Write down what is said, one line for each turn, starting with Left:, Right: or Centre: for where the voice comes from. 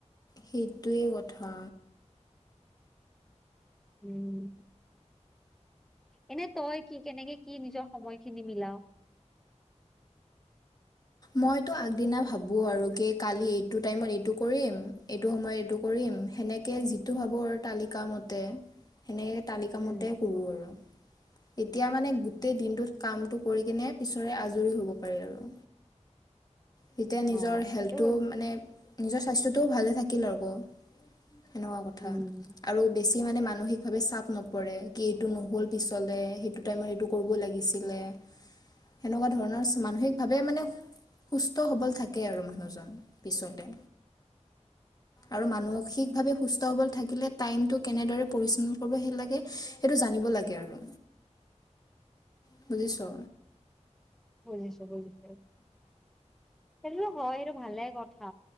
Left: সেইটোৱে কথা
Centre: উম এনে তই কি কেনেকে কি নিজৰ সময়খিনি মিলাও <inaudible>
Left: মইতো আগদিনা ভাবো আৰু কি কালি এইটো টাইমত এইটো কৰিম এইটো সময়ত কৰিম সেনেকে যিটো ভাব আৰু তালিকা মতে সেনেকে তালিকামতে
Centre: উম
Left: কৰোঁ আৰু এতিয়া মানে গোটেই দিনটোত কাম কৰি কিনে পিছৰে আজৰি হব পাৰি আৰু তেতিয়া নিজৰ
Centre: অ
Left: হেল্থটো
Centre: সেইটো
Left: মানে নিজৰ স্বাস্থ্যটোও ভালে থাকিল আকৌ এনেকুৱা কথা
Centre: উম
Left: আৰু বেছি মানে ম মানসিকভাৱে চাপ নপৰে কি এইটো নহ'ল পিছলে সেইটো টাইমত এইটো কৰিব লাগিছিলে সেনেকুৱা ধৰণৰ মানসিক ভাৱে স মানে সুস্থ সবল থাকে আৰু মানুহজন পিছলে
Centre: <inaudible>
Left: আৰু মানসিকভাৱে সুস্থ সবল থাকিলে টাইমটো কেনেদৰে পৰিচালন কৰিব সেই লাগে সেইটো জান লাগে আৰু
Centre: <unintelligible>
Left: বুজিছো
Centre: বজিছো বজিছো সেইটোতো হয় সেইটো ভালে কথা